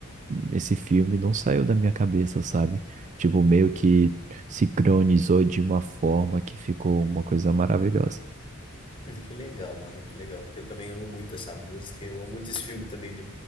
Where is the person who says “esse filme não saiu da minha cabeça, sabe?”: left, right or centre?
Right